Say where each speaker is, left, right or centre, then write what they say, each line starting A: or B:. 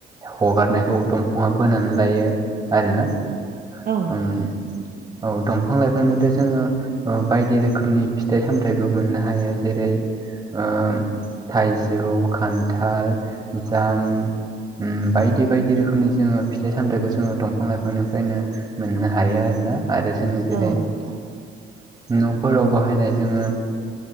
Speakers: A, on the right; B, on the right.
A: हगारनायखौ दंफाङा बोनानै लायो आरोना।
B: औ नोंथां
A: उम औ दंफां लाइफांनिफ्राय जोङो बायदि रोखोमनि फि थाइ सामथाइबो मोननो हायो जेरै ओ थाइजौ, खान्थाल, जाम ओम बायदि बायदि रोखोमनि जोङो फिथाइ सामथायाइखौ जोङो दंफां लाइफांनिफ्रायनो मोननो हायो आरोना। आरो जोङो जेरै
B: औ नोंथां
A: न'फोराव बाहायनाय जोङो